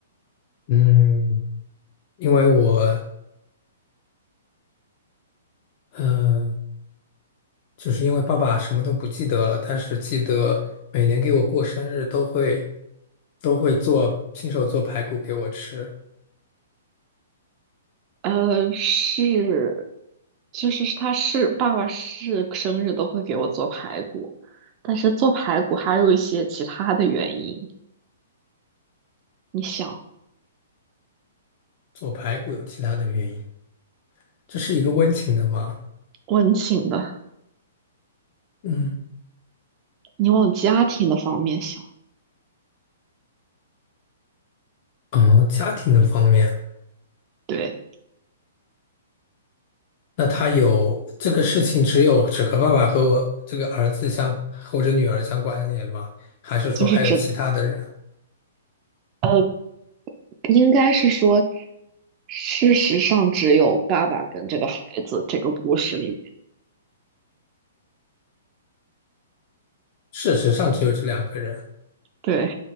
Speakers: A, on the left; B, on the right.
A: 嗯，因为我嗯、呃就是因为爸爸什么都不记得了，但是记得每年给我过生日都会都会做亲手做排骨给我吃，
B: 呃，是，就是他是爸爸是生日都会给我做排骨，但是做排骨还有一些其他的原因，你想
A: 做排骨有其他的原因，这是一个温情的吗？
B: 温情的，
A: 嗯，
B: 你往家庭的方面想。
A: 哦，家庭的方面，
B: 对。
A: 那他有这个事情只有只和爸爸和我这个儿子相或者女儿相关联吗？还是说还有其他的人？
B: 就是只呃，应该是说，事实上只有爸爸跟这个孩子这个故事里面，
A: 事实上只有这两个人，
B: 对